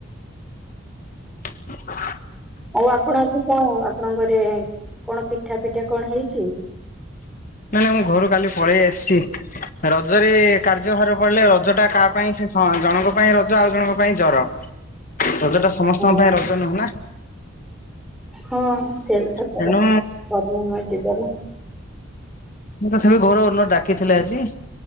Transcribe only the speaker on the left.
ହ <unintelligible>
ନାଇଁ ନାଇଁ ମୁଁ ଘରୁ କାଲି ପଳେଇ ଆସିଚି ରଜରେ କାର୍ଯ୍ୟ ଭାର ପଡିଲେ ରଜ ଟା କାହା ପାଇଁ। ଜଣଙ୍କ ପାଇଁ ରଜ ଆଉ ଜଣଙ୍କ ପାଇଁ ଜର ରଜ ଟା ସମସ୍ତଙ୍କ
ପାଇଁ ରଜ ନୁହଁ ନା।
ତେଣୁ
ମୁଁ ତଥାପି ଘର ଓନର ଡାକିଥିଲେ ଆଜି